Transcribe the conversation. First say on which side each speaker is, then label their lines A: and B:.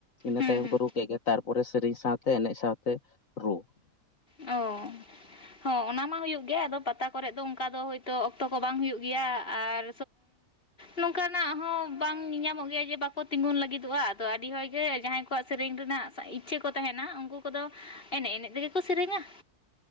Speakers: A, on the left; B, on the left.
A: ᱤᱱᱟᱹ
B: ᱦᱩᱸ
A: ᱛᱟᱭᱚᱢ
B: ᱦᱩᱸ
A: ᱠᱚ ᱨᱩ ᱠᱮᱜ ᱜᱮ ᱛᱟᱨᱯᱚᱨᱮ ᱥᱮᱨᱮᱹᱧ ᱥᱟᱶᱛᱮ ᱮᱱᱮᱡ ᱥᱟᱶᱛᱮ ᱨᱩ᱾
B: ᱚ ᱦᱚᱸ ᱚᱱᱟ ᱢᱟ ᱦᱩᱭᱩᱜ ᱜᱮ ᱟᱫᱚ ᱯᱟᱛᱟ ᱠᱚᱨᱮᱫ ᱫᱚ ᱚᱱᱠᱟ ᱫᱚ ᱦᱳᱭᱛᱚ ᱚᱠᱛᱚ ᱠᱚ ᱵᱟᱝ ᱦᱩᱭᱩᱜ ᱜᱮᱭᱟ ᱟᱨ ᱱᱚᱝᱠᱟ ᱱᱟᱜ ᱦᱚᱸ ᱵᱟᱝ ᱧᱮ ᱧᱟᱢᱚᱜ ᱜᱮᱭᱟ ᱡᱮ ᱵᱟᱠᱚ ᱛᱤᱸᱜᱩᱱ ᱞᱟᱹᱜᱤᱫᱚᱜᱼᱟ ᱟᱫᱚ ᱟᱹᱰᱤ ᱦᱚᱲᱜᱮ ᱡᱟᱦᱟᱸᱭ ᱠᱚᱣᱟᱜ ᱥᱮᱨᱮᱧ ᱨᱮᱱᱟᱜ ᱤᱪᱪᱷᱟᱹ ᱠᱚ ᱛᱟᱦᱮᱱᱟ ᱩᱱᱠᱩ ᱠᱚᱫᱚ ᱮᱱᱮᱡ ᱮᱱᱮᱡ ᱛᱮᱜᱮ ᱠᱚ ᱥᱮᱨᱮᱧᱟ᱾